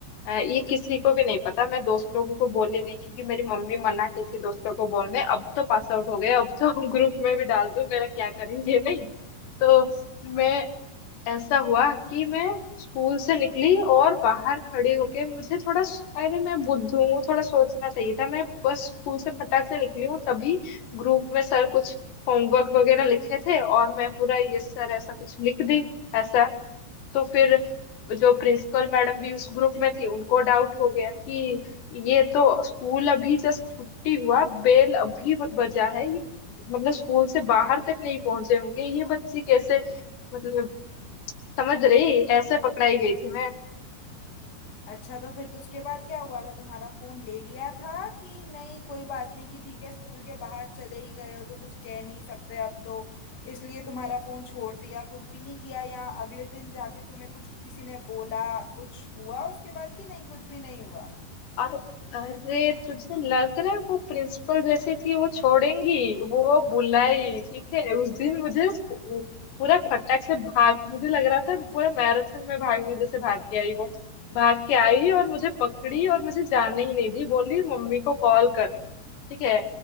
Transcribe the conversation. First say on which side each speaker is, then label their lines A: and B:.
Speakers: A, on the left; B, on the left.
A: अ, ये किसी को भी नहीं पता मैं दोस्त लोगों को बोली नहीं क्योंकि मेरी मम्मी मना की थी दोस्त लोगों को बोलने अब तो पास आउट हो गए अब तो <laughs> ग्रुप में भी डाल दूं मेरा क्या करेंगे नहीं तो मैं ऐसा हुआ कि मैं स्कूल से निकली और बाहर खड़ी होके मुझे थोड़ा अरे मैं बुद्ध हूँ थोड़ा सोचना चाहिए था मैं बस स्कूल से फटाक से निकली हूँ तभी ग्रुप में सर कुछ होमवर्क वगैरह लिखे थे और मैं पूरा यस सर ऐसा कुछ लिख दी ऐसा तो फिर जो प्रिंसिपल मैडम भी उस ग्रुप में थी उनको डाउट हो गया कि ये तो स्कूल अभी जस्ट छुट्टी हुआ बेल अभी ब- बजा है ये मतलब स्कूल से बाहर तक नहीं पहुंचे होंगे ये बच्ची कैसे मतलब समझ रही ऐसे पकड़ाई गई थी मैं
B: अच्छा तो फिर तो उसके बाद क्या हुआ था तुम्हारा फोन ले लिया था कि नहीं कोई बात नहीं कि ठीक है स्कूल के बाहर चले ही गए हो तो कुछ कह नहीं सकते अब तो इसलिए तुम्हारा फोन छोड़ दिया कुछ भी नहीं किया या अगले दिन जाके तुम्हें कुछ किसी ने बोला कुछ हुआ उसके बाद कि नहीं कुछ भी नहीं हुआ
A: अरे अरे तुझे लग रहा है वो प्रिंसिपल जैसी थी वो छोड़ेंगी वो बुलाई ठीक है उस दिन मुझे स्कू- पूरा फटाक से भाग मुझे लग रहा था पूरा मैराथन में भागने जैसे भाग के आई वो भाग के आई और मुझे पकड़ी और मुझे जाने ही नहीं दी बोली मम्मी को कॉल कर ठीक है